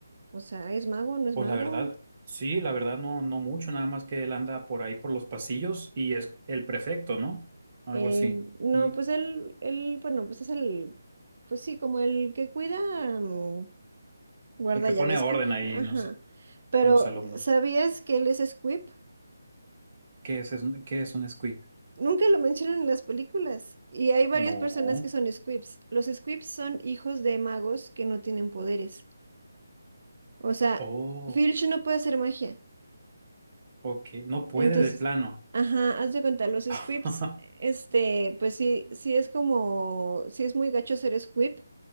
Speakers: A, on the right (about 55°); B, on the right (about 35°).
A: O sea, ¿es mago? ¿No es
B: Pues
A: mago?
B: la verdad, sí, la verdad no, no mucho, nada más que él anda por ahí por los pasillos y es el prefecto, ¿no? Algo
A: Eh,
B: así.
A: no,
B: y
A: pues él, él, bueno, pues es el, pues sí, como el que cuida, mm, guarda
B: El que
A: llaves,
B: pone orden
A: creo que,
B: ahí,
A: ajá.
B: no sé,
A: Pero,
B: con los alumnos.
A: ¿sabías que él es Squib?
B: ¿Qué es, es- qué es un squib?
A: Nunca lo mencionan en las películas. Y hay varias
B: No.
A: personas que son Squibs. Los Squibs son hijos de magos que no tienen poderes. O sea,
B: Oh,
A: Filch no puede hacer magia.
B: ok. No puede
A: Entonces,
B: de plano.
A: ajá, haz de cuenta, los Squibs,
B: <laughs>
A: este, pues sí, sí es como, sí es muy gacho ser Squib.